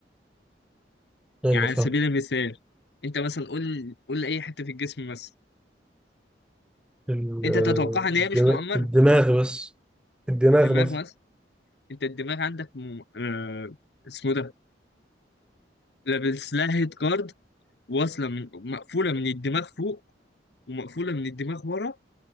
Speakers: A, in the centre; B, on the left.
A: ايوه
B: يعني على
A: فاهم
B: سبيل المثال انت مثلا قول قول اي حته في الجسم مثلا
A: ال-
B: انت تتوقعها ان هي
A: الدماغ
B: مش مؤمنه
A: الدماغ بس الدماغ
B: الدماغ
A: بس
B: مثلا انت الدماغ عندك م... آه... اسمه ده لابس لها هيد جارد واصله من... مقفوله من الدماغ فوق ومقفوله من الدماغ ورا